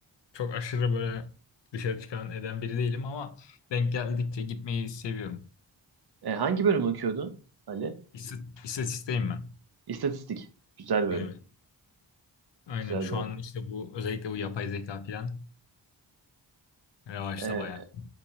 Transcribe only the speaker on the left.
çok aşırı böyle dışarı çıkan eden biri değilim ama denk geldikçe gitmeyi seviyorum.
İst- İstatisteyim ben.
Evet. Aynen
şu
an işte bu özellikle bu yapay zeka falan revaçta
bayağı.